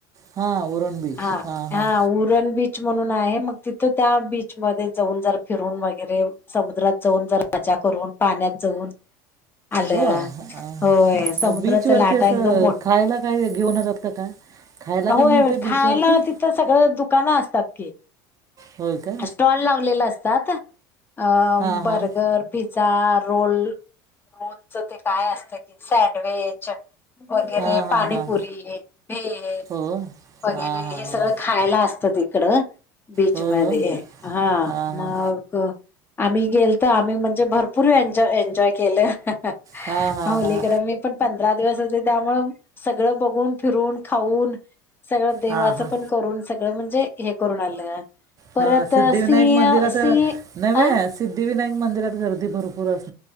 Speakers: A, on the right; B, on the left.
A: हां उरण बीच
B: हा
A: हां
B: हा
A: हां
B: उरन बी च म्हणून आहे मग तिथ त्या बीच मधे जाऊन जरा फिरून वगेरे समुद्रात जाऊन जरा मजा करून पाण्यात जाऊन आलं.
A: हो हां.
B: होय समुद्राचा
A: मग बीचवरती
B: लाटा
A: असं
B: एकदम मोठ
A: खायला काय घेऊन जातात का काय खायला
B: होय
A: काय मिळतं
B: होय खायला
A: बीचवरती
B: तिथं सगळं दुकानं असत तात की
A: होय का
B: स्टॉल लावलेलं असतात अ
A: हां
B: बर्गर,
A: हां
B: पिझ् झा, रोल रोलच ते काय असत कि सँडविच. वगैरे
A: हां हां
B: पाणीपुरी,
A: हां
B: भेल
A: हो
B: वगैरे
A: हां हां
B: हे सगळं
A: हां
B: खायाला असत ते कड बीच
A: हो
B: मधे
A: हो
B: हा
A: हां हां
B: मग अ आम्ही गेल तर आम्ही म्हणजे भरपूर एनजॉ एन्जॉय केलं हह. हो
A: हां हां हां
B: लीकड मी पण पंधरा दिवस होते त्यामुळं सगळं बघून, फिरून, खाऊन सगळ देवाचं
A: हां हां
B: पण करून सगळं म्हण जे हे करून आलं. परत
A: हा सिद्धिविनायक
B: सिंह
A: मंदिरात
B: सिंह
A: अ नव्हे
B: अ
A: सिद्धिविनायक मंदिरात गर्दी भरपूर अस